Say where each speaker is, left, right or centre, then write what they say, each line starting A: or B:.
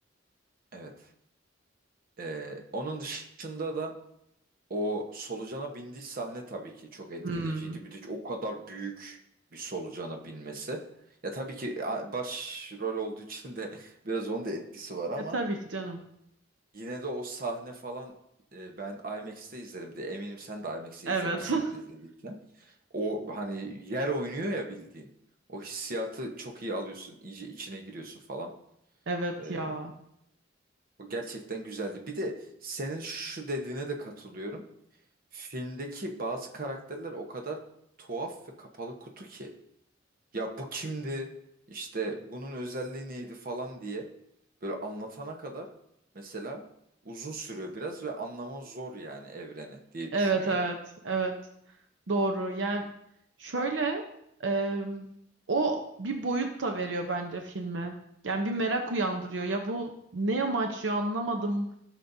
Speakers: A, on the right; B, on the right.
A: Evet. Ee, onun dışında da o solucana bindiği sahne tabii ki çok etkileyiciydi.
B: Hmm.
A: Bir de o kadar büyük bir solucana binmesi. Ya tabii ki a- baş rol olduğu için de <laughs> biraz onun da etkisi var ama
B: E tabii ki canım.
A: yine de o sahne falan e, ben IMAX'te izledim de eminim sen de IMAX'te
B: Evet.
A: izlemişsin
B: <laughs>
A: izlediğin için. O hani yer oynuyor ya bildiğin. O hissiyatı çok iyi alıyorsun. iyice içine giriyorsun falan.
B: Evet
A: Ee,
B: ya.
A: o gerçekten güzeldi. Bir de senin şu dediğine de katılıyorum. Filmdeki bazı karakterler o kadar tuhaf ve kapalı kutu ki. Ya bu kimdi? İşte bunun özelliği neydi falan diye böyle anlatana kadar mesela uzun sürüyor biraz ve anlama zor yani evreni diye
B: Evet
A: düşünüyorum.
B: evet. Evet. Doğru. Yani şöyle e, o bir boyut da veriyor bence filme. Yani bir merak uyandırıyor. Ya bu ne amaçlıyor anlamadım.